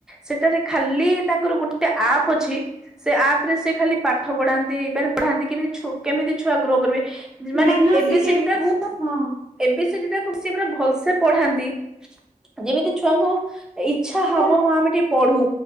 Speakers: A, in the centre; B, on the right (about 65°).
A: ସେଠାରେ ଖାଲି ତାଙ୍କର ଗୋଟେ ଆପ୍ ଅଛି ସେ ଆପ୍ ରେ ସେ ଖାଲି ପାଠ ପଢାନ୍ତି ମାନେ ପଢ଼ାନ୍ତି କେମିତି। କେମିତି ଛୁ-ଛୁଆ ଗ୍ରୋ କରିବେ ମାନେ
B: ମ୍ୟାନର
A: ଏ
B: ଶିଖେଇବି
A: ବି ସି ଡି ଟାକୁ
B: ହଁ
A: ଏ ବି ସି ଟାକୁ ସିଏ ପୁରା ଭଲସେ ପଢାନ୍ତି ଯେମିତି ଛୁଆଙ୍କୁ ଇଚ୍ଛା ହବ
B: ହଉ
A: ହଁ ଆମେ ଟିକେ ପଢୁ